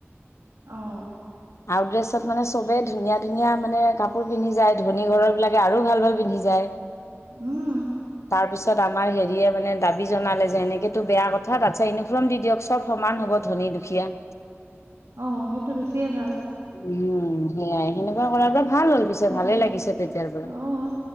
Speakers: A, on the right; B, on the left.
A: অ'।
B: আউট ড্ৰেছত মানে চবেই ধুনীয়া ধুনীয়া মানে কাপোৰ পিন্ধি যায়। ধনী ঘৰৰ বিলাকে আৰু ভাল ভাল পিন্ধি যায়।
A: উম।
B: তাৰপিছত আমাৰ হেৰিয়ে মানে দাবী জনালে যে, এনেকেটো বেয়া কথা, তাৰপিছত ইউনি ফৰ্ম দি দিয়ক চব সমান হ'ব, ধনী দুখীয়া।
A: অ' সেই টো বেছিয়ে ভাল।
B: উম, হেয়াই। সেনেকুৱা কৰাৰ পৰা ভাল হ'ল। পিছে
A: তাকে
B: ভালে লাগিছে তেতিয়াৰ পৰা।
A: অ'।